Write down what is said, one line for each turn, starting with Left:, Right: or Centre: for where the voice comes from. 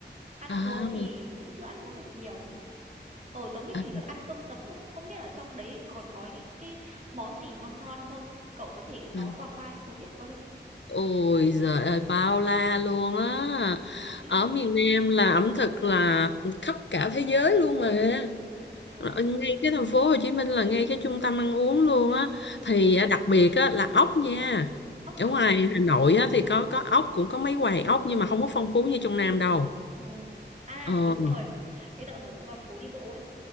Right: ăn
Left: à,
Right: uống thì cũng chưa ăn uống được nhiều. Ờ, tớ mới
Left: à,
Right: chỉ được ăn cơm tấm thôi, không biết ở trong đấy còn có những cái món gì ngon ngon không? Cậu có thể nói
Left: à.
Right: qua qua cho tớ biết có được không?
Left: Ôi giời ơi bao la luôn á
Right: Thế hả?
Left: ở miền Nam là ẩm thực là khắp cả thế giới luôn mà
Right: Đó hả?
Left: Ở ngay cái thành phố Hồ Chí Minh là ngay cái trung tâm ăn uống luôn á
Right: Ừ,
Left: thì à, đặc biệt á là ốc nha
Right: ốc
Left: ở
Right: hả?
Left: ngoài Hà Nội á thì có có ốc cũng có mấy quầy ốc nhưng mà không có phong phú như trong Nam đâu
Right: Ồ, à
Left: ờ
Right: đúng rồi, cái đợt mà tớ vào phố đi bộ ấy,